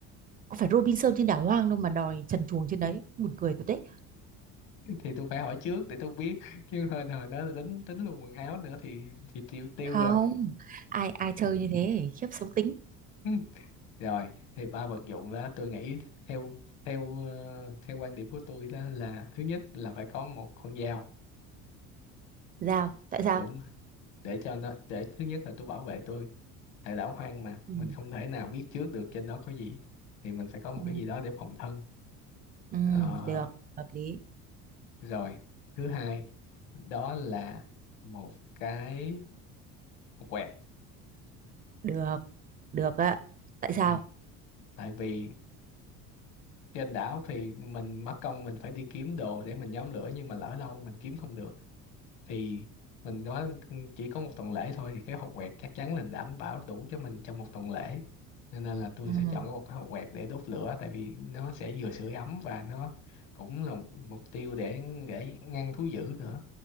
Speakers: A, on the right; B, on the left.
A: có phải Robinson trên đảo hoang đâu mà đòi trần truồng trên đấy buồn cười thật đấy
B: thì tôi phải hỏi trước để tôi biết <laughs> chứ hồi hồi đó là tính tính luôn quần áo nữa thì thì tiêu tiêu
A: không
B: rồi
A: ai ai chơi như thế khiếp xấu tính
B: Ừ, rồi thì ba vật dụng đó tôi nghĩ theo theo ờ, theo quan điểm của tôi đó là thứ nhất là phải có một con dao
A: sao tại sao
B: đúng không? để cho nó để thứ nhất là tôi bảo vệ tôi tại đảo hoang mà
A: ừ
B: mình không thể nào biết trước được trên đó có gì thì mình phải có một
A: ừ
B: cái gì đó để phòng thân
A: ừ
B: Ờ,
A: được hợp lý
B: rồi thứ hai đó là một cái một quẹt
A: được được ạ tại sao
B: ừ. tại vì trên đảo thì mình mất công mình phải đi kiếm đồ để mình nhóm lửa nhưng mà lỡ đâu mình kiếm không được thì mình nói chỉ có một tuần lễ thôi thì cái hột quẹt chắc chắn là đảm bảo đủ cho mình trong một tuần lễ nên là, là tôi
A: ừ
B: sẽ chọn một cái hột quẹt để đốt lửa tại vì nó sẽ vừa sưởi ấm và nó cũng là mục tiêu để để ngăn thú dữ nữa